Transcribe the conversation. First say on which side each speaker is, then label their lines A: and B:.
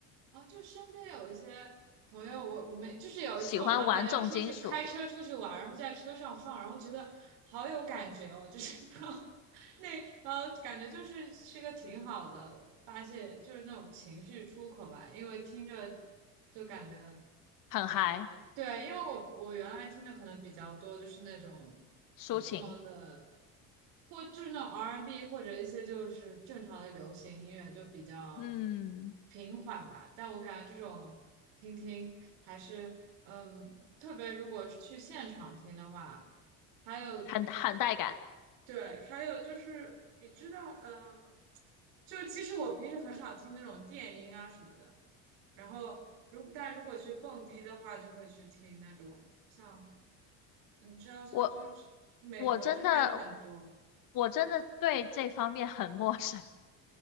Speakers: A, on the right (about 80°); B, on the left (about 60°).
A: 哦，就身边有一些朋友，我我们就是有一次我们好像出去开车出去玩，
B: 喜欢玩重金属，
A: 然后在车上放，然后觉得好有感觉哦，就是 <laughs> 然后那然后感觉就是是个挺好的发泄，就是那种情绪出口吧，因为听着就感觉。
B: 很嗨，
A: 对，因为我我原来听的可能比较多，就是那种普通的，
B: 抒情，
A: 或就是那种 R&B n 或者一些就是正常的流行音乐，就比较
B: 嗯，
A: 平缓吧。但我感觉这种听听还是，嗯，特别如果是去现场听的话，还有
B: 很很带感。
A: 对，还有就是你知道，呃，就其实我平时很少听那种电音啊什么的，然后如但如果去蹦迪的话，就会去听那种像你知道像就是美国这边很多，
B: 我我真的我真的对这方面很陌生。